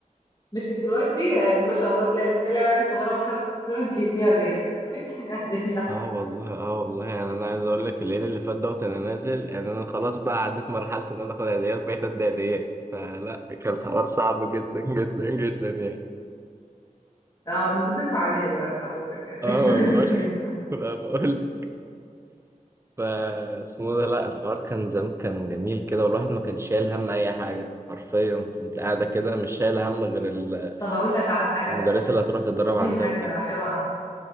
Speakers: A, on the left; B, on the right.
A: لكن دلوقتي آه، ما شاء الله تلاقي تلاقي العيله الصغيره مثلا 500 جنيه عاديه 600 جنيه عاديه
B: اه والله اه والله يعني انا عايز اقول لك الليل اللي فات دوت انا نازل يعني انا خلاص بقى عديت مرحلة ان انا اخد هدية بقيت ادي هديات فلا كان الحوار صعب جدا جدا جدا يعني
A: اه إن انت بتدفع عاديه دلوقتي حضرتك يعني
B: اه
A: مش هتدي
B: ما بقولش
A: عاديه
B: <laughs> ما بقولك فا اسمه ده لا الحوار كان زمان كان جميل كده والواحد ما كانش شايل هم اي حاجة حرفيا كنت قاعدة كده مش شايل هم غير ال
A: طب هقول لك على حاجه
B: المدرسة اللي هتروح تتدرب
A: دي
B: عندها
A: حاجه
B: وتيجي
A: حلوه انا